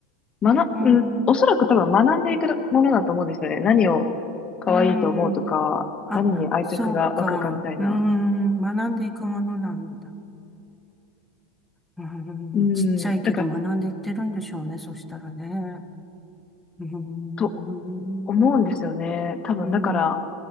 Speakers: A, on the left; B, in the centre.
A: 学、
B: うん、
A: うん、おそらく多分学んでいくものだと思うんですよね。何を可愛いと思うとか、
B: うんあ、
A: 何に愛着が湧くかみたいな。
B: そうか。うん、学んでいくものなんだ。うん、
A: うん、
B: ちっちゃいけど学んでいってるんでしょうね、
A: だから、
B: そしたらね。うーん、
A: と思うんですよね。多分だから、
B: うーん、う